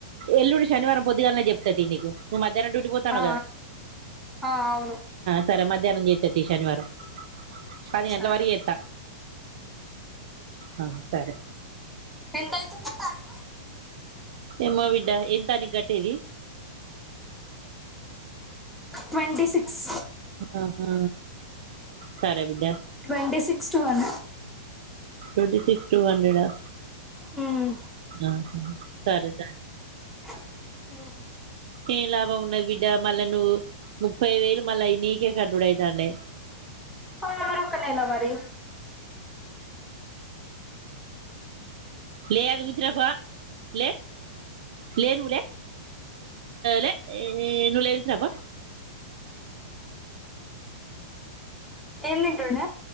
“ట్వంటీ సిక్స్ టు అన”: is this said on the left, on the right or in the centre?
Centre